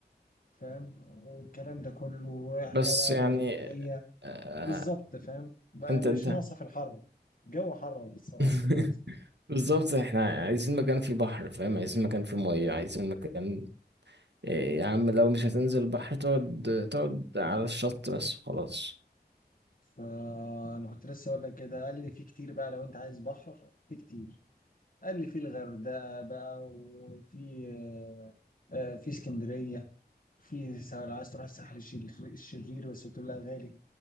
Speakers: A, on the left; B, on the right.
A: فاهم والكلام ده كله واحنا
B: بس
A: بقى
B: يعني
A: الليلية
B: آه
A: بالظبط فاهم بقى
B: انت
A: مش
B: انت
A: ناقصة في الحر الجو حر بصراحة
B: <laughs>
A: مش ناقصة
B: بالظبط احنا عايزين مكان فيه بحر فاهم عايزين مكان فيه ميه عايزين مكان إيه يا عم لو مش هتنزل البحر تقعد تقعد على الشط بس وخلاص
A: فأنا كنت لسه أقول لك كده قال لي في كتير بقى لو أنت عايز بحر في كتير قال لي في الغردقة بقى وفي آه، في اسكندرية في سا- لو عايز تروح الساحل الشرير الشرير بس قلت له لا غالي